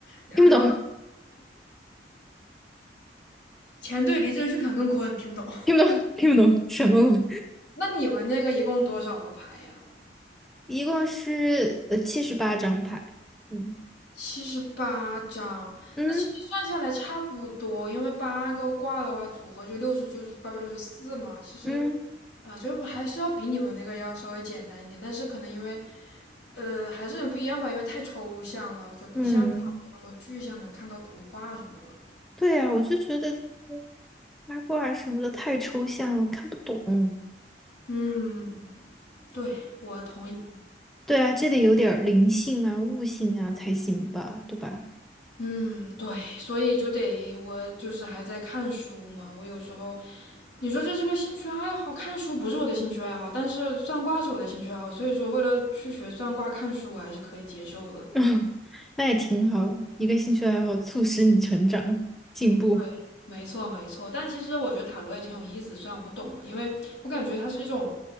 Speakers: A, on the left; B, in the centre.
A: 然后
B: 听不懂。
A: 乾对离震巽坎艮坤，听不懂。
B: 听不懂，听不懂什么鬼
A: 那你们那个一共多少个牌呀？
B: 一共是呃七十八张牌。嗯
A: 七十八张，
B: 嗯
A: 那其实算下来差不多，因为八个卦的话，组合就六十，就是八百六十四嘛。其实，
B: 嗯
A: 啊、就是还是要比你们那个要稍微简单一点，但是可能因为，呃，还是有点不一样吧，因为太抽象了，就不像塔罗那么具象，
B: 嗯，
A: 能看到图画什么的。
B: 对呀，我就觉得嗯八卦什么的太抽象了，看不懂。
A: 嗯，对，我同意。
B: 对啊，这得有点儿灵性啊、悟性啊才行吧，对吧？
A: 嗯，对，所以就得我就是还在看书嘛。我有时候，你说这是个兴趣爱好，看书不是我的兴趣爱好，但是算卦是我的兴趣爱好，所以说为了去学算卦，看书我还是可以接受的。
B: <laughs> 嗯，那也挺好，一个兴趣爱好促使你成长进步。
A: 对，没错没错，但其实我觉得塔罗也挺有意思，虽然我不懂啊，因为我感觉它是一种